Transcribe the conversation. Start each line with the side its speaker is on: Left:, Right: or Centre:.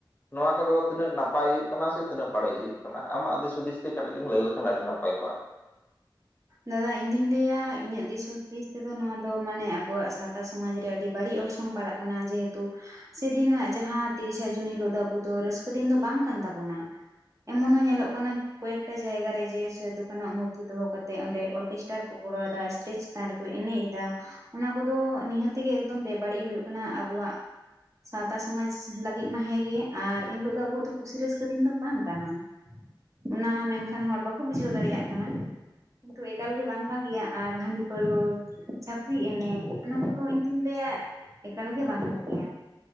Left: ᱱᱚᱣᱟ ᱠᱚᱫᱚ ᱛᱤᱱᱟᱹᱜ ᱱᱟᱯᱟᱭ ᱦᱩᱭᱩᱜ ᱠᱟᱱᱟ ᱥᱮ ᱛᱤᱱᱟᱹᱜ ᱵᱟᱹᱲᱤᱡ ᱦᱩᱭᱩᱜ ᱠᱟᱱᱟ ᱟᱢᱟᱜ ᱫᱤᱥ ᱦᱩᱫᱤᱥ ᱛᱮ ᱠᱟᱹᱴᱤᱡ ᱮᱢ ᱞᱟᱹᱭ ᱞᱮᱠᱷᱟᱱ ᱟᱹᱰᱤ ᱱᱟᱯᱟᱭ ᱠᱚᱜ-ᱟ᱾
Right: ᱫᱟᱫᱟ ᱤᱧ ᱫᱩᱧ ᱞᱟᱹᱭᱟ ᱤᱧᱟᱹᱜ ᱫᱤᱥ ᱦᱩᱫᱤᱥ ᱛᱮᱫᱚ ᱱᱚᱣᱟ ᱫᱚ ᱢᱟᱱᱮ ᱟᱵᱚᱣᱟᱜ ᱥᱟᱶᱛᱟ ᱥᱚᱢᱟᱡᱽ ᱨᱮ ᱟᱹᱰᱤ ᱵᱟᱹᱲᱤᱜ ᱚᱨᱥᱚᱝ ᱯᱟᱲᱟᱜ ᱠᱟᱱᱟ ᱡᱮᱦᱮᱛᱩ ᱥᱮᱫᱤᱱᱟᱜ ᱡᱟᱦᱟᱸ ᱛᱤᱨᱤᱥᱟ ᱡᱩᱱ ᱦᱤᱞᱳᱜ ᱫᱚ ᱟᱵᱚ ᱫᱚ ᱨᱟᱹᱥᱠᱟᱹ ᱫᱤᱱ ᱫᱚ ᱵᱟᱝ ᱠᱟᱱ ᱛᱟᱵᱚᱱᱟ ᱾ ᱮᱢᱚᱱ ᱦᱚᱸ ᱧᱮᱞᱚᱜ ᱠᱟᱱᱟ ᱠᱚᱭᱮᱠᱴᱟ ᱡᱟᱭᱜᱟ ᱨᱮ ᱡᱮ ᱥᱮᱫᱚᱠᱟᱱᱚᱟᱜ ᱢᱩᱨᱛᱤ ᱫᱚᱦᱚ ᱠᱟᱛ ᱛᱮ ᱚᱸᱰᱮ ᱚᱞᱠᱮᱥᱴᱟᱨ ᱠᱚ ᱜᱚᱨᱟᱣ ᱫᱟ ᱮᱥᱴᱮᱡ ᱪᱮᱛᱟᱱ ᱨᱮᱠᱚ ᱮᱱᱮᱜ ᱮᱫᱟ ᱾ ᱚᱱᱟ ᱠᱚᱫᱚ ᱱᱤᱦᱟᱹᱛᱮᱜᱮ ᱮᱠᱫᱚᱢ ᱵᱮᱵᱟᱹᱲᱤᱡ ᱦᱩᱭᱩᱜ ᱠᱟᱱᱟ ᱟᱵᱚᱣᱟᱜ ᱾ ᱥᱟᱣᱛᱟ ᱥᱚᱢᱟᱡᱽ ᱞᱟᱹᱜᱤᱫ ᱢᱟ ᱦᱮᱸᱜᱮ ᱟᱨ ᱮᱱᱦᱤᱞᱳᱜ ᱫᱚ ᱟᱵᱚᱣᱟᱜ ᱫᱚ ᱠᱩᱥᱤ ᱨᱟᱹᱥᱠᱟᱹ ᱫᱤᱱ ᱫᱚ ᱵᱟᱝ ᱠᱟᱱᱟ᱾ ᱚᱱᱟ ᱢᱮᱱᱠᱷᱟᱱ ᱦᱚᱲ ᱵᱟᱠᱚ ᱵᱩᱡᱷᱟᱹᱣ ᱫᱟᱲᱮᱭᱟᱜ ᱠᱟᱱᱟ᱾ ᱠᱤᱱᱛᱩ ᱮᱠᱟᱞ ᱜᱮ ᱵᱟᱝ ᱵᱷᱟᱜᱮᱭᱟ ᱟᱨ ᱦᱟᱺᱰᱤ ᱯᱟᱹᱨᱣᱟᱹ ᱪᱷᱟᱹᱯᱨᱤ ᱮᱱᱮᱜ ᱚᱱᱟ ᱠᱚᱫᱚ ᱤᱧᱫᱩᱧ ᱞᱟᱹᱭᱟ ᱮᱠᱟᱞ ᱜᱮ ᱵᱟᱝ ᱵᱷᱟᱹᱜᱮᱭᱟ᱾